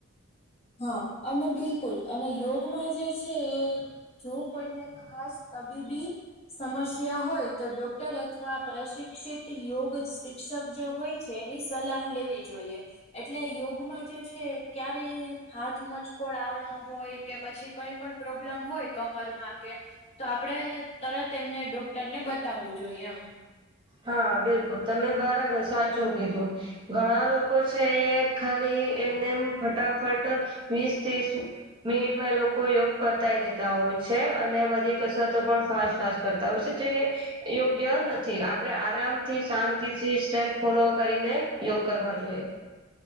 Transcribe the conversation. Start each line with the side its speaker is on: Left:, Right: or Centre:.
Left: હા અને બિલકુલ અને યોગમાં જે છે એ જો કોઈને ખાસ તબીબી સમસ્યા હોય તો ડોક્ટર અથવા પ્રશિક્ષિત યોગ શિક્ષક જે હોય છે એની સલાહ લેવી જોઈએ. એટલે યોગમાં જે છે ક્યારેય હાથ મચકોળ આવડો હોય કે પછી કઈ પણ પ્રોબ્લેમ હોય કમરમાં કે તો આપડે તરત એમને ડોક્ટર ને બતાવવું જોઈએ એમ.
Right: હા બિલકુલ તમે બરાબર સાચું કીધું ઘણા લોકો છે એ ખાલી એમનેમ ફટાફટ વીસ ત્રીસ મિનિટમાં એ લોકો યોગ પતાય દેતા હોય છે અને બધી કસરતો પણ ફાસ્ટ ફાસ્ટ કરતા હોય છે જે યોગ્ય નથી. આપડે આરામ થી શાંતિ થી સ્ટેપ ફોલો કરીને યોગ કરવા જોઈએ.